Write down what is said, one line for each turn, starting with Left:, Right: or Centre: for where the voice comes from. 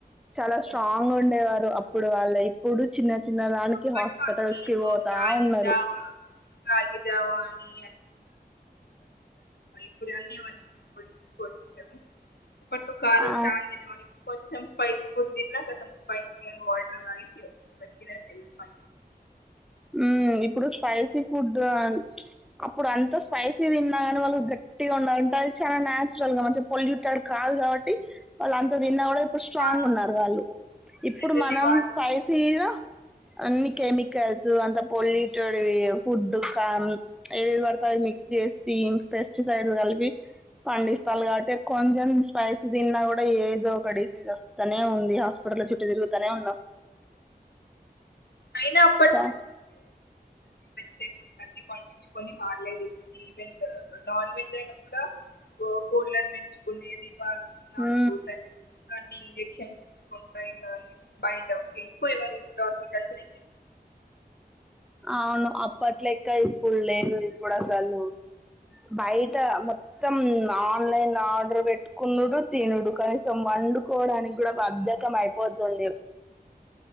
Centre: చాలా స్ట్రాంగ్ ఉండేవారు అప్పుడు వాళ్లే ఇప్పుడు చిన్న చిన్న దానికి
Left: <inaudible> రాగి
Centre: హాస్పిటల్స్ కి పోతా ఉన్నారు
Left: జావా రాగి జావా అని అ ఇప్పుడు <inaudible> కొంచం కొంచం అప్పట్లో కారం
Centre: ఆ
Left: చాల్ దినెవారూ ఇపుడు కొంచం బయిట్ ఫుడ్ దిన్నా కతం స్పైసీ కానీ వాటర్ <inaudible>
Centre: ఊ ఇప్పుడు స్పైసీ ఫుడ్ ఆ అప్పుడు అంత స్పైసీ దిన్నా గాని వాళ్ళు గట్టిగా ఉండంటే అది చాలా నాచురల్ గా మంచి పొల్యూటెడ్ కాదు కాబట్టి వాళ్ళు అంత దిన్నా గూడా ఇపుడు స్ట్రాంగ్
Left: వాళ్ళు
Centre: ఉన్నారు వాళ్ళు ఇప్పుడు
Left: వెంటనే
Centre: మనం
Left: వాళ్ళు
Centre: స్పైసీగా అన్ని కెమికల్స్ ల్స్ అంత పొల్యూటెడ్ వి ఫుడ్ కాన్ ఏవి పడితే అవి మిక్స్ చేసి పెస్టిసైడ్ కలిపి పండిస్తారు కాబట్టె కొంచం స్పైసీ దిన్నా గూడా ఏదో ఒక డీసీజ్ వస్తనే ఉంది హాస్పిటల్ల చుట్టు తిరుగుతనే ఉన్నాం
Left: అయినా అప్
Centre: సా
Left: <unintelligible> కంది పండించుకొని వాళ్లే దిం ఈవెండ్ నాన్ వెజ్ అయిన కూడా గోగులను పెంచుకునేది వాళ్ళు
Centre: హు
Left: నాటు కోళ్ళని చెప్పి ఇంజెక్షన్స్ ఇచ్చుకుంటాయి గాని బయట ఎక్కువ ఎవరి ఇంట్లో ఉంది <unintelligible>
Centre: అవును అప్పట్లెక ఇప్పుడు లేదు ఇప్పుడు అసలు బయట మొత్తం ఆన్లైన్ ఆర్డర్ పెట్టుకొనుడు తినుడు కనీసం వండుకోడానికి కూడా బద్ధకం అయిపోతుంది